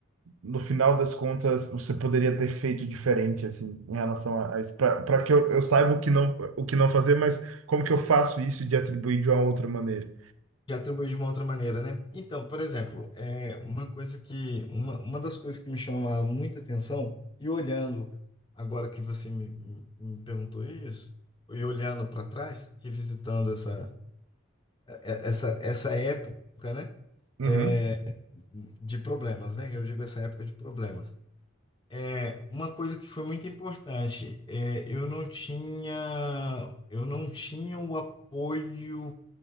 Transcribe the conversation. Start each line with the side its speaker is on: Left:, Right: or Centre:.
Right: no final das contas, você poderia ter feito diferente, assim, em relação a, a isso, para que eu, eu saiba o que não, o que não fazer, mas como que eu faço isso de atribuir de uma outra maneira?
Left: Que atribui de uma outra maneira, né? Então, por exemplo, é uma coisa que, uma, uma das coisas que me chama muita atenção, e olhando, agora que você me, me me perguntou isso, e olhando para trás, revisitando essa, é- essa, essa época, né?
Right: Uhum.
Left: É, de problemas, né? Eu digo essa época de problemas. É, uma coisa que foi muito importante, é, eu não tinha, eu não tinha o apoio